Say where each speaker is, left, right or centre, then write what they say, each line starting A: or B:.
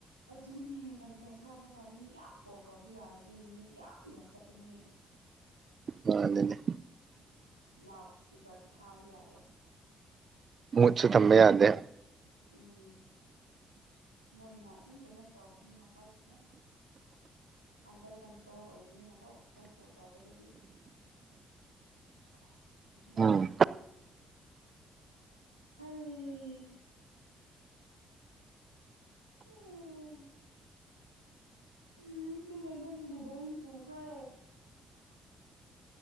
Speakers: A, on the right (about 90°); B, on the right (about 40°).
A: ꯑꯗꯨꯅꯦ ꯀꯟꯐ꯭ꯔꯦꯟꯁ ꯍꯥꯞꯄꯒ ꯃꯤ ꯌꯥꯝ ꯀꯣꯜ ꯇꯧꯕ ꯌꯥꯔꯗꯤ ꯃꯤꯅꯤꯠ ꯌꯥꯝ ꯌꯥꯝ ꯆꯠꯀꯅꯤ
B: ꯃꯥꯅꯤꯅꯦ
A: ꯑꯗꯨꯅꯤ ꯂꯥꯎꯠ ꯏꯁꯄꯤꯀꯔꯁꯨ ꯊꯥꯕ ꯌꯥꯗꯦ
B: ꯃꯨꯠꯁꯨ ꯊꯝꯕ ꯌꯥꯗꯦ
A: ꯎꯝ ꯃꯣꯏꯅ ꯑꯗꯨꯝ ꯀꯅꯦꯛ ꯇꯧꯕꯅꯤꯅ ꯎꯄꯥꯏ ꯂꯩꯇ‌ꯦ ꯑꯟꯗꯔ ꯀꯟꯇ꯭ꯔꯣꯜ ꯑꯣꯏꯕꯅꯤꯅꯀꯣ ꯈ‌ꯣꯏ ꯀꯣꯜ ꯇꯧꯕꯗꯗꯤ ꯑꯩꯆ <unintelligible>
B: ꯎꯝ
A: ꯆꯥꯒ‌ꯦꯔꯥ ꯍꯩ <unintelligible> ꯌꯨꯝꯗ ꯂꯩꯃꯟꯕꯒꯤ ꯕꯣꯔꯤꯡ ꯆꯨꯈ꯭ꯔꯦ